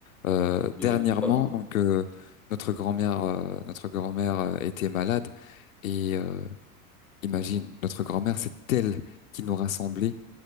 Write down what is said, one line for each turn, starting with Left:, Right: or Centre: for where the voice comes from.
Left: Euh, dernièrement,
Centre: je suis totalement-
Left: donc, euh, notre grand-mère, euh, notre grand-mère euh, était malade et euh, imagine, notre grand-mère, c'est elle qui nous rassemblait